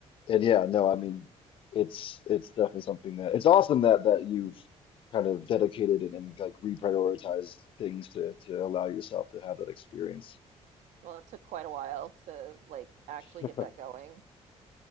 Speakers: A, on the left (about 50°); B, on the right (about 85°).
A: and yeah, no, I mean, it's it's definitely something that it's awesome that that you've kind of dedicated and, and like reprioritized things to to allow yourself to have that experience.
B: Well, it took quite a while to like actually
A: <laughs>
B: get that going.